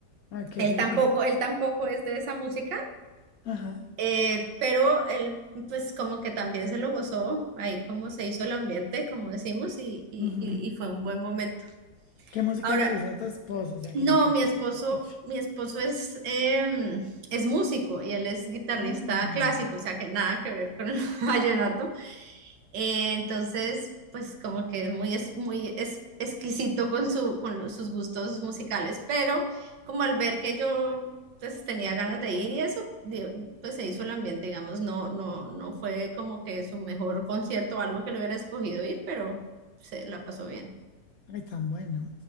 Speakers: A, on the left; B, on the right.
A: Ay, qué
B: Él
A: rico.
B: tampoco, él tampoco es de esa música,
A: Ajá.
B: eh, pero él, pues como que también se lo gozó, ahí como se hizo el ambiente, como decimos, y, y-
A: Ujú.
B: y- y fue un buen momento.
A: ¿Qué música
B: Ahora,
A: le gusta a tu esposo? O sea,
B: no,
A: como que,
B: mi
A: que,
B: esposo,
A: que- pues,
B: mi esposo es, em, es músico y él es guitarrista
A: oh,
B: clásico, o sea que nada que ver con el <laughs> vallenato. Eh, entonces, pues como que es muy, es muy es- exquisito con, su, con los- sus gustos musicales, pero como al ver que yo pues tenía ganas de ir y eso, di- pues se hizo el ambiente, digamos, no, no, no fue como que su mejor concierto o algo que le hubiera escogido ir, pero se la pasó bien.
A: ay, tan bueno.